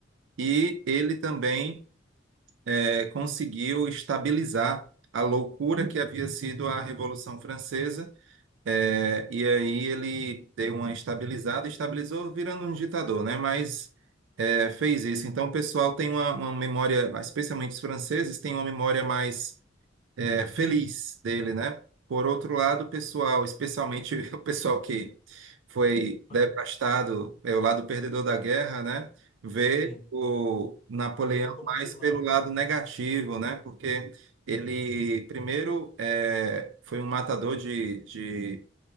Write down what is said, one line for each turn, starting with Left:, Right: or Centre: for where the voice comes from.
Right: E ele também eh, conseguiu estabilizar a loucura que havia sido a Revolução Francesa. eh, e aí ele deu uma estabilizada, estabilizou virando um ditador, né? Mas eh, fez isso. Então o pessoal tem uma, uma memória, especialmente os franceses, têm uma memória mais é, feliz dele, né? Por outro lado, o pessoal, especialmente <laughs> o pessoal que foi
Left: Foi-
Right: devastado, é o lado perdedor da guerra, né? Vê
Left: Sim,
Right: o Napoleão
Left: ele como
Right: mais
Left: vilão,
Right: pelo
Left: né?
Right: lado negativo, né? Porque ele, primeiro, é, foi um matador de, de,